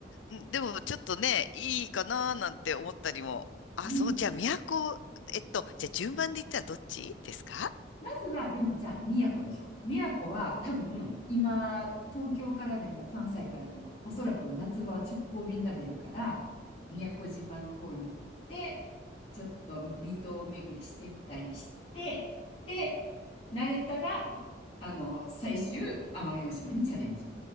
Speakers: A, on the left; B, on the left.
A: んでもちょっとね、いいかななんて思ったりも。あ、
B: いい。
A: そう、じゃあ、都、えっと、じゃあ順番で言ったらどっちですか
B: うんまずは、でもじゃあ、宮古でしょ。宮古は多分、今、東京からでも関西からでも、おそらく夏場は直行便が出るから、宮古島の方に行って、
A: うん
B: ちょっと離島巡りしてみたりして、で、慣れたら、あの、最終、奄美大島にチャレンジ。